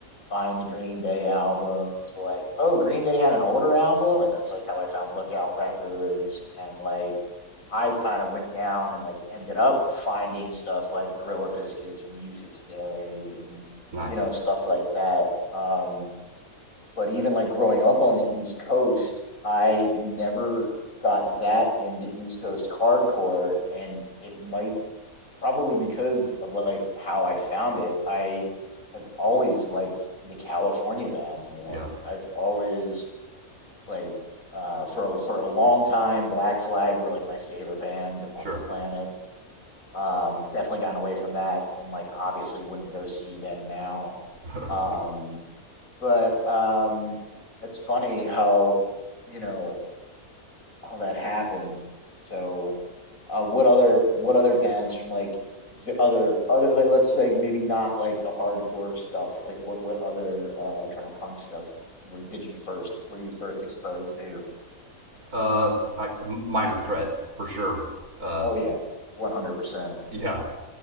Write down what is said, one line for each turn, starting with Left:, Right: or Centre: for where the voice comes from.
Left: find the Green Day album to like, oh, Green Day had an older album, and that's like how I found Lookout Records, and like I kind of went down and like ended up finding stuff like Gorilla Biscuits and Youth of Today, and
Right: Nice,
Left: you know stuff like that. Um, but even like growing up on the East Coast, I never got that into East Coast hardcore, and it might probably because of like how I found it, I have always liked the California bands more.
Right: yeah.
Left: I've always like uh for a, for a long time Black Flag were like my favorite band on
Right: Sure.
Left: the planet. Um definitely gotten away from that and like obviously wouldn't go see them now.
Right: <laughs>
Left: Um but um it's funny how you know all that happens. So, uh, what other what other bands from like the other other like let's say maybe not like the hardcore stuff. Like what what other uh kind of punk stuff were did you first were you first exposed to?
Right: uh, I, m- minor threat for sure. Uh,
Left: Oh yeah, one hundred percent
Right: yeah,